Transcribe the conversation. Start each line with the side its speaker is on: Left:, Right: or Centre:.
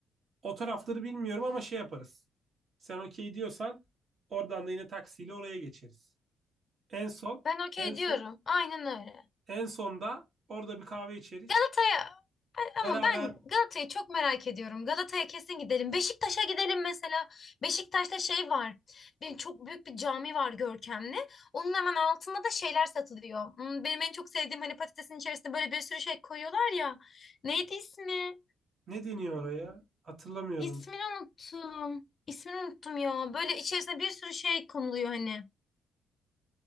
Right: O tarafları bilmiyorum ama şey yaparız. Sen okey diyorsan oradan da yine taksiyle oraya geçeriz. En son,
Left: Ben okey
Right: en son,
Left: diyorum. Aynen öyle.
Right: en sonda orada bir kahve içeriz.
Left: Galata'ya
Right: Beraber
Left: ama ben Galata'yı çok merak ediyorum. Galata'ya kesin gidelim. Beşiktaş'a gidelim mesela. Beşiktaş'ta şey var. Bir, çok büyük bir cami var görkemli. Onun hemen altında da şeyler satılıyor. Hmm, Benim en çok sevdiğim hani patatesin içerisinde böyle bir sürü şey koyuyorlar ya. Neydi ismi?
Right: ne deniyor oraya? Hatırlamıyorum.
Left: İsmini unuttum. İsmini unuttum ya. Böyle içerisine bir sürü şey konuluyor hani.